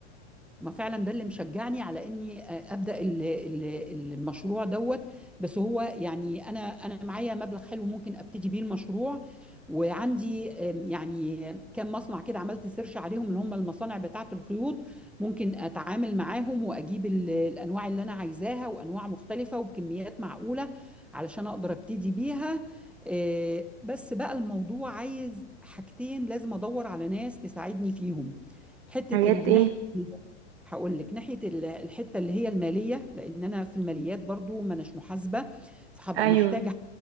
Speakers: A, in the centre; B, on the right (about 60°).
A: ما فعلا ده اللي مشجعني على اني آه، ابدا ال- ال- ال- المشروع دوت بس هو يعني انا انا معايا مبلغ حلو ممكن ابتدي بيه المشروع وعندي آم، يعني كام مصنع كده عملت سيرش عليهم اللي هم المصانع بتاعه الخيوط ممكن اتعامل معاهم واجيب ال- الانواع اللي انا عايزاها وانواع مختلفه وبكميات معقوله علشان اقدر ابتدي بيها آه، بس بقى الموضوع عايز حاجتين لازم ادور على ناس تساعدني فيهم حته
B: حاجات
A: الناحيه
B: إيه
A: هقول لك ناحية ال- الحتة اللي هي المالية لأن أنا في الماليات برضو ما أناش محاسبة فهبقى
B: أيوه
A: محتاجة حد